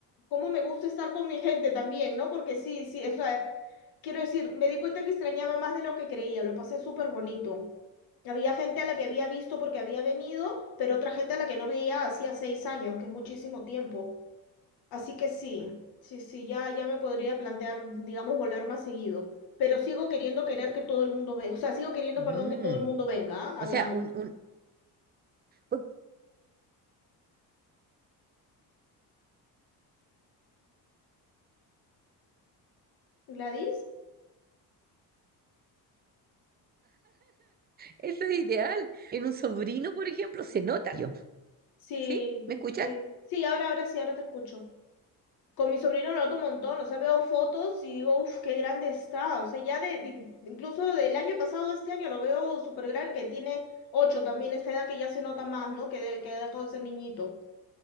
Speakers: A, on the left; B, on the right.
A: cómo me gusta estar con mi gente también, ¿no? Porque sí, sí, o sea, quiero decir, me di cuenta que extrañaba más de lo que creía, lo pasé súper bonito. Había gente a la que había visto porque había venido, pero otra gente a la que no veía hacía seis años, que es muchísimo tiempo. Así que sí, sí, sí, ya, ya me podría plantear, digamos, volver más seguido. Pero sigo queriendo querer que todo el mundo venga. O sea, sigo queriendo,
B: Mm,
A: perdón, que todo el mundo venga. ¿ah?
B: o sea,
A: A- a-
B: un, un, un-
A: ¿Gladys?
B: eso es ideal. En un sobrino, por ejemplo, se nota yo.
A: Sí,
B: ¿Sí? ¿Me escuchas?
A: sí. Sí, ahora, ahora sí, ahora te escucho. Con mi sobrino lo noto un montón. O sea, veo fotos y digo, uff, qué grande está. O sea, ya de, de- incluso del año pasado, este año, lo veo súper grande, que tiene ocho también, esta edad que ya se nota más, ¿no? Que, de- que dejó de ser niñito.